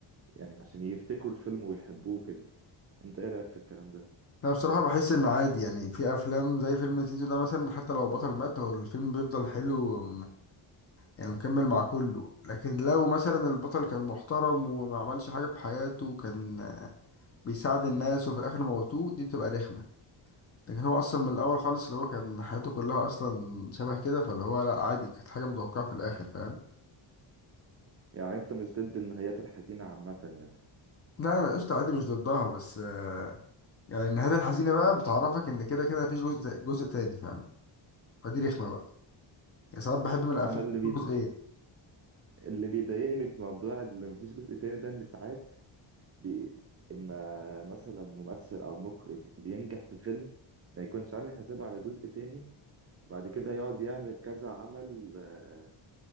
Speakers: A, on the right; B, on the left.
A: يعني عشان يفتكروا الفيلم ويحبوه كده انت ايه رايك في الكلام ده
B: انا بصراحه بحس ان عادي يعني في افلام زي فيلم تيتو ده مثلا حتى لو البطل مات هو الفيلم بيفضل حلو يعني مكمل مع كله لكن لو مثلا البطل كان محترم وما عملش حاجة في حياته وكان آه، بيساعد الناس وفي الآخر موتوه دي تبقى رخمة لكن هو أصلا من الأول خالص اللي هو كان حياته كلها أصلا شبه كده فاللي هو لأ عادي كانت حاجة متوقعة في الآخر فاهم
A: يعني انت مش ضد النهايات الحزينه عامه يعني
B: لا أنا قشطة عادي مش ضدها بس آه، يعني النهاية الحزينة بقى بتعرفك إن كده كده مفيش جزء جزء تاني فاهم فدي رخمة بقى يعني ساعات بحب من الأفلام
A: انا اللي
B: يكون
A: بي...
B: جزئين
A: اللي بيضايقني في موضوع اللي مفيش جزء تاني ده ان ساعات بي... اما مثلا ممثل او مخرج بينجح في فيلم ما يكونش عامل حسابه على جزء تاني بعد كده يقعد يعمل كذا عمل آه...